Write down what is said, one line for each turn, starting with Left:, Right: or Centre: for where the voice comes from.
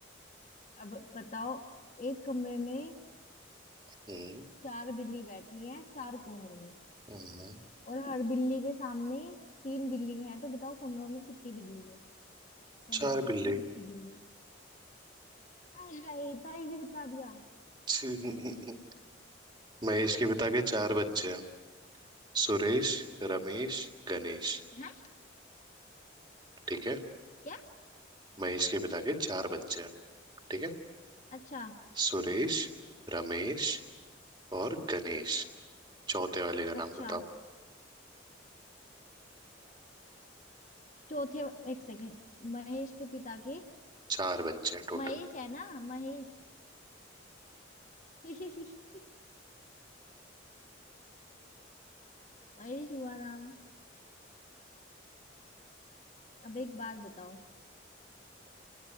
Left: अब बताओ एक कमरे में
Right: हम्म
Left: चार बिल्ली बैठी है चार कोनों में
Right: हम्म।
Left: और हर बिल्ली के सामने तीन बिल्ली हैं तो बताओ कमरों में कितनी बिल्ली है कमरे
Right: चार
Left: के अंदर
Right: बिल्ली
Left: कितनी बिल्ली है आय हाय इतना इजी बता दिया
Right: छी-
Left: नाइस
Right: महेश
Left: <laughs>
Right: के पिता के चार बच्चे हैं सुरेश रमेश गणेश
Left: है
Right: ठीक है
Left: क्या
Right: महेश के पिता के चार बच्चे हैं ठीक है
Left: अच्छा
Right: सुरेश रमेश और गणेश चौथे वाले का
Left: अच्छा
Right: नाम बताओ
Left: चौथे एक सेकेंड महेश के पिता के
Right: चार बच्चे हैं टोटल
Left: महेश है ना महेश <laughs> महेश हुआ नाम अब एक बात बताओ